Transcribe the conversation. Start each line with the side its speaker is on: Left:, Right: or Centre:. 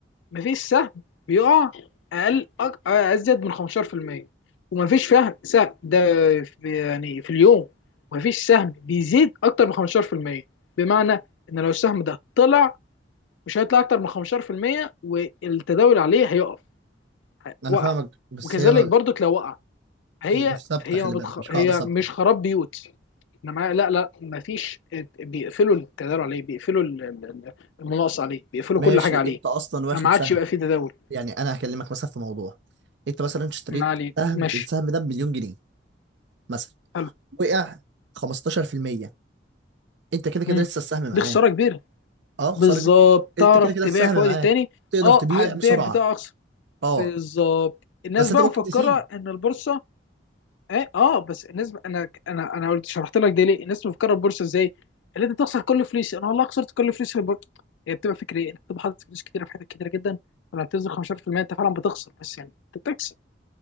Left: مفيش سهم بيقع اقل أك... ازيد من 15% ومفيش فهم سهم ده في يعني في اليوم مفيش سهم بيزيد اكتر من 15% بمعنى ان لو السهم ده طلع مش هيطلع اكتر من 15% والتداول عليه هيقف
Right: انا
Left: وقف
Right: فاهمك بس
Left: وكذلك
Right: هي ما
Left: برضك لو وقع هي
Right: هي مش ثابته
Left: هي
Right: خلي
Left: ما بتخ...
Right: بالك مش قاعده
Left: هي
Right: ثابته
Left: مش خراب بيوت انا معايا لا لا ما فيش بيقفلوا التداول عليه بيقفلوا ال- ال- ال- المناقصه عليه بيقفلوا
Right: ماشي
Left: كل حاجه عليه
Right: انت اصلا واخد
Left: فما عادش
Right: سهم
Left: يبقى فيه تداول
Right: يعني انا هكلمك مثلا في موضوع انت مثلا اشتريت
Left: ما عليه
Right: سهم
Left: ماشي
Right: السهم ده بمليون جنيه مثلا
Left: حلو
Right: وقع 15% انت كده كده
Left: مم.
Right: لسه السهم معاك
Left: دي خساره كبيره
Right: اه خساره
Left: بالظبط
Right: كبيرة.
Left: تعرف
Right: انت كده كده
Left: تبيع
Right: السهم
Left: في وقت
Right: معاك
Left: تاني
Right: تقدر
Left: اه
Right: تبيع
Left: هتبيع
Right: بسرعه
Left: بتاع اقصى
Right: اه
Left: بالظبط الناس
Right: بس
Left: بقى
Right: انت ممكن
Left: مفكره
Right: تسيب
Left: ان البورصه ايه اه بس الناس انا انا انا قلت شرحت لك ده ليه الناس بتفكر البورصه ازاي اللي انت تخسر كل فلوسي انا والله خسرت كل فلوسي في البورصه هي بتبقى فكره ايه انت بتبقى حاطط فلوس كتيره في حاجات كتيره جدا ولما بتنزل 15% انت فعلا بتخسر بس يعني انت بتكسب